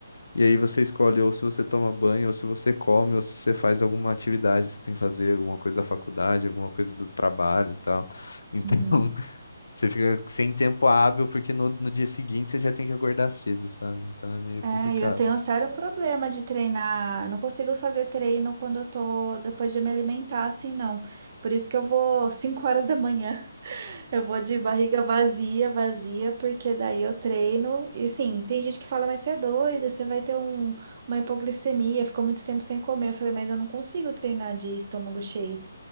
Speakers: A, on the left (about 60°); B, on the right (about 40°).
A: E aí você escolhe ou se você toma banho, ou se você come, ou se você faz alguma atividade, que você tem que fazer alguma coisa da faculdade, alguma coisa do trabalho e tal. Então,
B: Uhum.
A: <laughs> você fica sem tempo hábil, porque no, no dia seguinte você já tem que acordar cedo, sabe? Então é meio
B: É,
A: complicado.
B: eu tenho um sério problema de treinar. Eu não consigo fazer treino quando eu tô depois de me alimentar, assim, não. Por isso que eu vou 5 horas da manhã. <laughs> Eu vou de barriga vazia, vazia, porque daí eu treino. E sim, tem gente que fala, mas você é doida, você vai ter um- uma hipoglicemia, ficou muito tempo sem comer. Eu falei, mas eu não consigo treinar de estômago cheio.